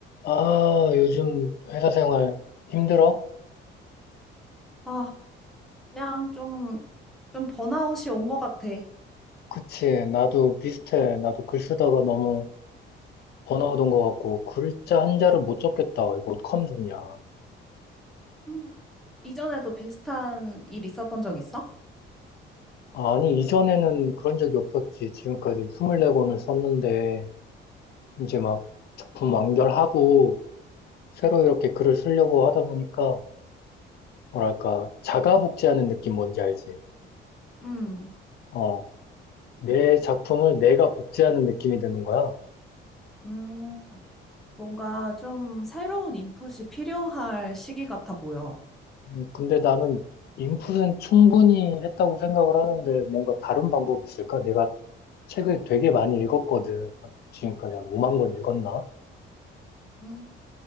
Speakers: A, on the left (about 55°); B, in the centre.
A: 아, 요즘 회사 생활 힘들어?
B: 아, 그냥 좀, 좀 번아웃이 온 것 같아.
A: 그치. 나도 비슷해. 나도 글 쓰다가 너무 번아웃 온 것 같고, 글자 한자를 못 적겠다. 이거 어떡하면 좋냐.
B: 음, 이전에도 비슷한 일 있었던 적 있어?
A: 아니, 이전에는 그런 적이 없었지. 지금까지 24권을 썼는데, 이제 막 작품 완결하고, 새로 이렇게 글을 쓰려고 하다 보니까, 뭐랄까, 자가 복제하는 느낌 뭔지 알지?
B: 음,
A: 어, 내 작품을 내가 복제하는 느낌이 드는 거야.
B: 음, 뭔가 좀 새로운 인풋이 필요할 시기 같아 보여.
A: 음, 근데 나는 인풋은 충분히 했다고 생각을 하는데 뭔가 다른 방법이 있을까? 내가 책을 되게 많이 읽었거든. 한 지금까지 한 5만 권 읽었나?
B: 음,